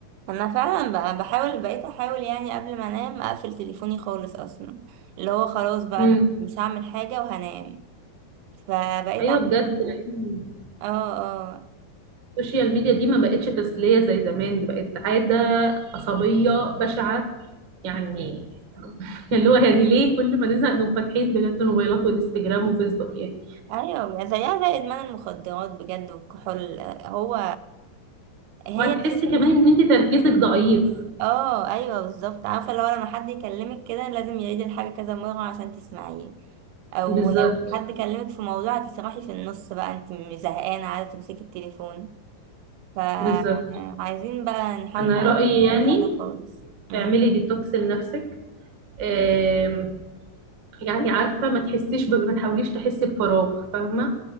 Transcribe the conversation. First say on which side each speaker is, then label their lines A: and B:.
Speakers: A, on the right; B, on the right.
A: انا فعلا ب- بحاول بقيت احاول يعني قبل ما انام اقفل تليفوني خالص اصلا اللي هو خلاص بقى
B: امم
A: انا مش هعمل حاجة وهنام فبقيت
B: ايوه
A: اعمل
B: بجد
A: كده.
B: لان
A: اه اه
B: السوشيال ميديا دي ما بقتش تسليه زي زمان دي بقت عاده عصبيه بشعه يعني
A: م-
B: <laughs> اللي هو يعني ليه كل ما نزهق نقوم فاتحين بجد الموبايلات وانستجرام وفيسبوك يعني
A: ايوه يعني زيها زي ادمان المخدرات بجد والكحول آه، هو هي
B: وهتحسي
A: السوشيال
B: كمان
A: ميديا
B: ان انت تركيزك ضعيف
A: اه ايوه بالظبط عارفه لو لما حد يكلمك كده لازم يعيد الحاجه كذا مره عشان تسمعيه او
B: بالظبط
A: لو حد كلمك في موضوع هتسرحي في النص بقى انت مش زهقانه عايزه تمسكي التليفون فعايزين
B: بالظبط
A: بقى نحاول
B: انا
A: نقلل
B: رأيي
A: الموضوع
B: يعني
A: ده خالص مم.
B: اعملي ديتوكس لنفسك آم، يعني عارفة ما تحسيش ب... ما تحاوليش تحسي بفراغ فاهمة